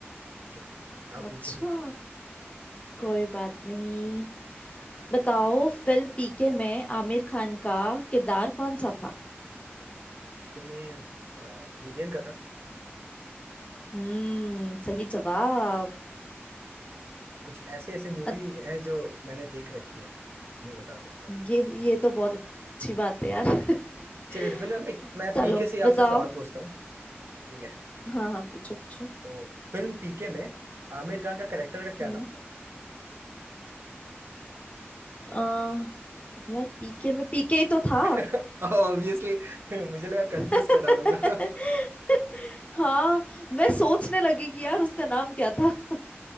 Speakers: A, on the right; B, on the left.
A: चलिए
B: अच्छा
A: आप पूछे कुछ
B: कोई बात नहीं बताओ फिल्म पीके में आमिर खान का किरदार कौन सा था
A: ये मैं अ, इंडियन का था
B: हम्म सही जवाब
A: कुछ ऐसे ऐसे मूवी
B: अत-
A: हैं जो मैंने देख रखी है नहीं बता सकता हूँ
B: ये ये तो बहुत अच्छी बात है यार <laughs>
A: चलिए तो फिर मैं मैं
B: चलो
A: पीके से
B: बताओ
A: आपसे सवाल पूछता हूँ ठीक है
B: हाँ हाँ पूछो पूछो
A: तो फिल्म पीके में आमिर खान का करेक्टर का क्या
B: हम्म
A: नाम था
B: अ, यार पीके में पीके ही तो था
A: <laughs> ऑब्वियसली मुझे लगा कंफ्यूज
B: <laughs>
A: कर डालूंगा
B: हाँ मैं सोचने लगी कि यार उसका नाम क्या था <laughs>